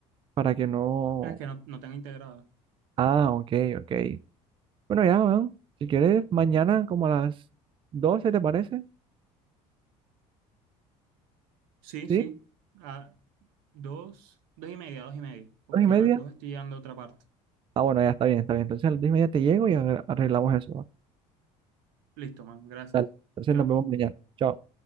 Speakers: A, on the right (about 35°); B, on the right (about 85°).
A: para que no...
B: Ah, es que no, no tengo integrada.
A: Ah, ok, ok. Bueno, ya, bueno, si quieres, mañana como a las doce ¿te parece?
B: Sí,
A: ¿Sí?
B: sí. A dos, dos y media, dos y media. Porque
A: ¿Dos y media?
B: a las dos estoy llegando a otra parte.
A: Ah, bueno, ya está bien, está bien. Entonces a las dos y media te llego y ar- arreglamos eso. ¿vale?
B: Listo, man. Gracias.
A: Dale, entonces
B: Chao.
A: nos vemos mañana. Chao.